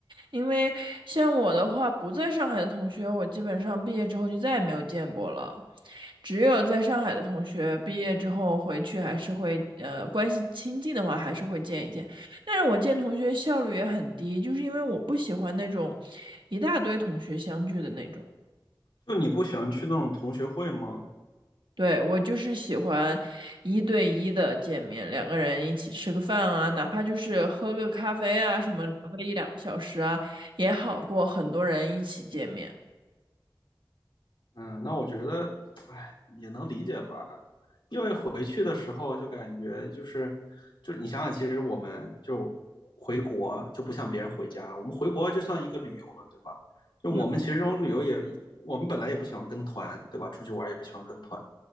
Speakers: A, on the right; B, on the left.
A: 因为像我的话，不在上海的同学，我基本上毕业之后就再也没有见过了。只有在上海的同学，毕业之后回去还是会，呃，关系亲近的话还是会见一见。但是我见同学效率也很低，就是因为我不喜欢那种一大堆同学相聚的那种。
B: 就你不喜欢去那种同学会吗？
A: 对，我就是喜欢一对一的见面，两个人一起吃个饭啊，哪怕就是喝个咖啡啊，什么聊个一两个小时啊，也好过很多人一起见面。
B: 嗯，那我觉得，哎，也能理解吧。回去的时候就感觉就是，就你想想，其实我们就回国就不像别人回家，我们回国就算一个旅游了，对吧？就我们其实这种旅游也，
A: 嗯。
B: 我们本来也不喜欢跟团，对吧？出去玩也不喜欢跟团，